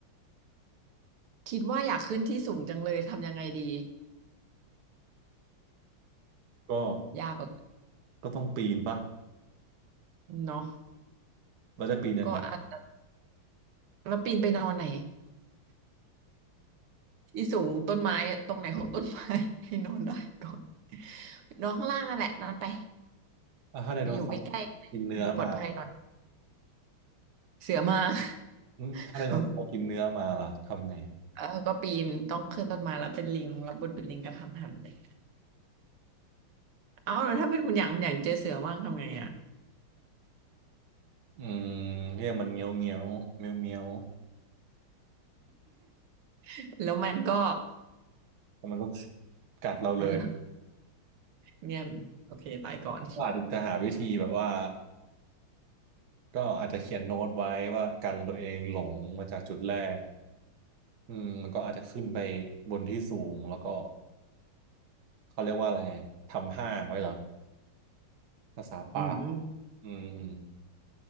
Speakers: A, on the right; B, on the right.
A: คิดว่าอยากขึ้นที่สูงจังเลยทำยังไงดี
B: ก็
A: ยากละ
B: ก็ต้องปีนปะ
A: เนาะ
B: เราจะปีนยังไง
A: ก็อาจจะแล้วปีนไปนอนไหนที่สูงต้นไม้ตรงไหนของต้นไม้ <laughs> ให้นอนได้ก่อนนอนข้างล่างนั่นแหละนอนไป
B: อ่ะถ้าไดโนเสาร์กินเนื้อมา
A: ไปอยู่ใกล้ๆมันดูปลอดภัยหน่อยเสือมา
B: อืมถ้าไดโนเสาร์กินเนื้อมาล่ะ
A: <laughs>
B: ทำไง
A: เออก็ปีนต้องขึ้นต้นไม้แล้วเป็นลิงแล้วบนเป็นลิงกระทันหันเลยเอ้าแล้วถ้าเป็นคุณอย่างคุณอย่างเจอเสือว่างทำไงอ่ะ
B: อืมเรียกมันเงี้ยวเงี้ยวเมียวเมียว
A: <laughs> แล้วมันก็
B: แล้วมันก็กัดเราเลย
A: นั่นแหละเงียบโอเคตายก่อน
B: ก็อาจจะหาวิธีแบบว่าก็อาจจะเขียนโน้ตไว้ว่ากันตัวเองหลงมาจากจุดแรกอืมมันก็อาจจะขึ้นไปบนที่สูงแล้วก็เขาเรียกว่าอะไรทำห้างไว้เหรอภาษาป่า
A: อืม
B: อืม